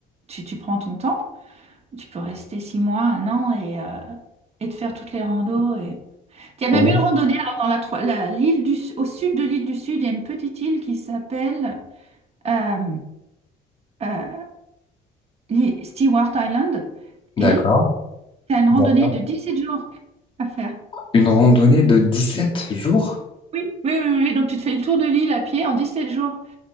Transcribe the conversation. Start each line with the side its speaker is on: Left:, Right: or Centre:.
Right: tu, tu prends ton temps. Tu peux rester six mois, un an et, euh, et te faire toutes les randos. Et... Il y a même
Left: Ouais,
Right: une randonnée alors, dans la, Tro- la- l'île du, au sud de l'île du Sud, il y a une petite île qui s'appelle euh, euh, l'île Stewart Island
Left: d'accord.
Right: et tu as une
Left: D'accord.
Right: randonnée de 17 jours à faire.
Left: Une randonnée de 17 jours?
Right: Oui, oui, oui, oui. Donc tu te fais le tour de l'île à pied en 17 jours.